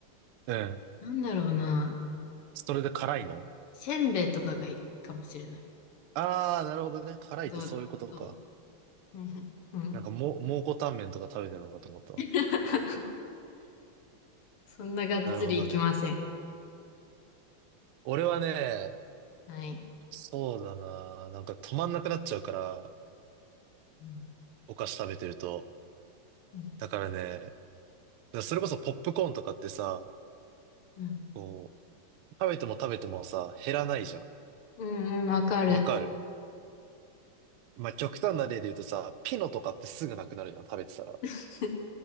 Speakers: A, on the right; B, on the left.
A: うん。
B: なんだろうな。
A: それで辛いの
B: せんべいとかがいいかもしれない。
A: ああー、なるほどね。辛いってそういうことか。
B: どうで、どううん。うん
A: なんかもう、蒙古タンメンとか食べてるのかと思ったわ。
B: <laughs> そんながっつりいきません。
A: なるほどね。俺はね、
B: はい。
A: そうだな。なんか止まんなくなっちゃうから、
B: うん
A: お菓子食べてると。
B: うん
A: だからね、それこそポップコーンとかってさ、
B: うん。
A: こう、食べても食べてもさ、減らないじゃん。
B: うんうん、わかる。
A: わかるまあ、極端な例で言うとさ、ピノとかってすぐなくなるの、食べてたら。だ
B: <laughs>